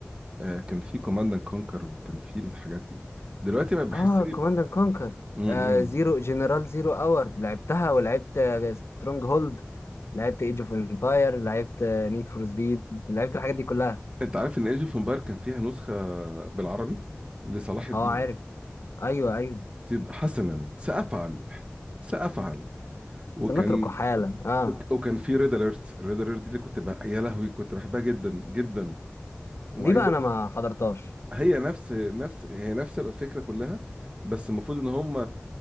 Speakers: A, on the right; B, on the left.
A: آه، كان في كوماند اند كونكر وكان في الحاجات دي دلوقتي بقى بحسني
B: اه كوماند اند كونكر
A: امم
B: آه زيرو جنرال زيرو اور لعبتها ولعبت سترونج هولد لعبت ايج اوف امباير لعبت نيد فور سبيد لعبت الحاجات دي كلها
A: انت عارف ان ايج اوف امباير كان فيها نسخة بالعربي لصلاح الدين
B: اه عارف ايوه ايوه
A: تد- حسنا سأفعل سأفعل وكان
B: سنتركه حالا اه
A: وك- وكان في ريد اليرت ريد اليرت دي اللي كنت بقى يا لهوي كنت بحبها جدا جدا وعايز
B: دي بقى انا ما حضرتهاش
A: هي نفس نفس هي نفس الفكرة كلها بس المفروض ان هم